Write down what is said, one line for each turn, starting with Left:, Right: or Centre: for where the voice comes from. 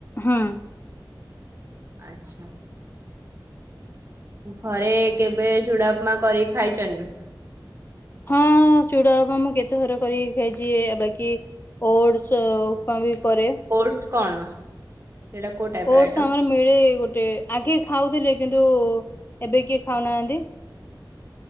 Left: ହୁଁ
Right: ଆଚ୍ଛା। ଘରେ କେବେ ଝୁଡା ଉପମା କରିି ଖାଇଛନ୍ତି?
Left: ହଁ ଚୁଡା ଉପମା ମୁଁ କେତେଥର କରିକି ଖାଇଛି। ଏ ବାକି ଓଡ୍ସ ଉପମା ବି କରେ।
Right: ଓଡ୍ସ କଣ? ସେଇଟା କୋଉ ଟାଇପ୍ ର
Left: ଓଡ୍ସ
Right: ଆଇଟମ୍
Left: ଆମର ମିଳେ ଗୋଟେ ଆଗେ ଖାଉଥିଲେ କିନ୍ତୁ ଏବେ କିଏ ଖାଉନାହାନ୍ତି।